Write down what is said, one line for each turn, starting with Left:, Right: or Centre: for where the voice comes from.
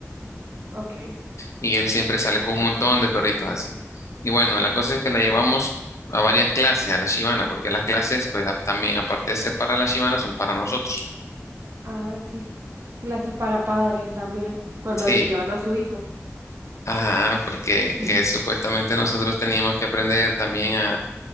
Right: Ok.
Left: Y él siempre sale con un montón de perritos así. Y bueno, la cosa es que la llevamos a varias clases, a la Shibana, porque las clases, pues a- también aparte de ser para la Shibana, son para nosotros.
Right: Ah, sí. Clases para padres también. Cuando
Left: Sí,
Right: le llevan a su hijo.
Left: ajá, porque
Right: <laughs>
Left: que supuestamente nosotros teníamos que aprender también a